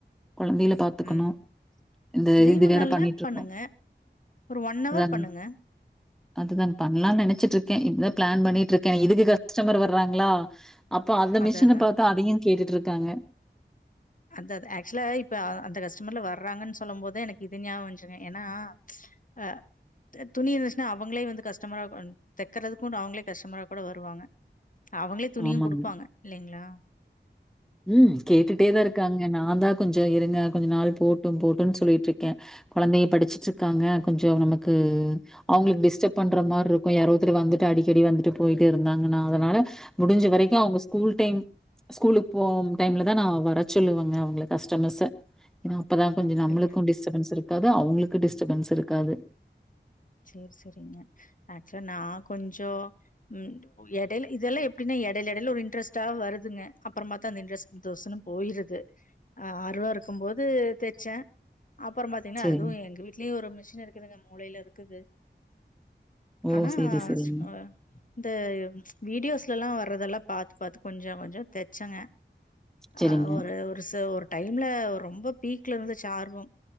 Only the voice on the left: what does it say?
ம்
லீவு
நாள்ல
பண்ணுங்க ஒரு ஒன் அவர்
பண்ணுங்க
அத
அத
அதா அதா ஆக்சுவலா இப்ப அ அந்த கஸ்டமர்லா வர றாங்கனு சொல்லும் போதா எனக்கு இது ஞாபம் வஞ்சுங்க ஏன்னா அ த துணி இருந்துச்சுன்னா அவங்களே வந்து கஷ்டமரா தெக்கறதுக்கு அவங்களே கஷ்டமரா கூட வருவாங்க அவங்களே துணியு
குடுப்பாங்க இல்லலைங்களா
அப்டிங்களா
சேரி சேரிங்க ஆக்சுவலா நா கொஞ்சோ ம் எடைல இதெல்லா எப்டினே எடைல எடைல ஒரு இன்டரெஸ்ட்டா வருதுங்க அப்பறோ பாத்தா அந்த இண்ட்ரஸ்ட் தொஸ்சுன்னு போய்ருது ஆறுவ இருக்கும்போது தச்சே அப்பறோ பாத்தீங்கனா
அதுவு எங்க வீட்லயு ஒரு மிஷின் இருக்குதுங்க மூலைல இருக்குது
ஆனா
சோ இந்த வீடியோஸ்ல எல்லா வர்றதெல்லா பாத்து பாத்து கொஞ்சோ கொஞ்சோ தச்சங்க
ஆ ஒரு ஒரு ஒரு டைம்ல ரொம்ப பீக்ல இருந்துச்சு ஆர்வம்